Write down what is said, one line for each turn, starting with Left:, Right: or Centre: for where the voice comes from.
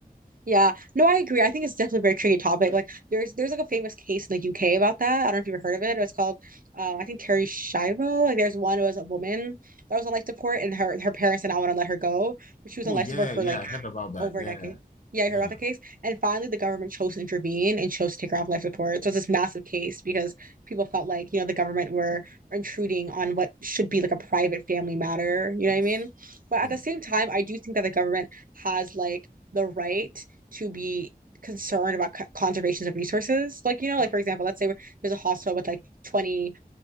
Right: Yeah, no, I agree. I think it's definitely a very tricky topic. Like, there's there's like a famous case in the UK about that. I don't know if you've ever heard of it. It was called, um, I think Terry Schiavo. Like, there's one who was a woman that was on life support, and her her parents did not want to let her go, but she was
Left: oh
Right: on life
Left: yeah
Right: support for
Left: yeah
Right: like
Left: i heard about that
Right: over
Left: yeah
Right: a decade. Yeah,
Left: yeah
Right: I heard about the case. And finally, the government chose to intervene and chose to take her off life support. So it's this massive case because people felt like, you know, the government were intruding on what should be like a private family matter. You
Left: yes
Right: know what I mean? But
Left: yeah
Right: at the same time, I do think that the government has like the right to be concerned about c- conservations of resources. Like, you know, like
Left: yeah
Right: for example, let's say there's a hospital with like 20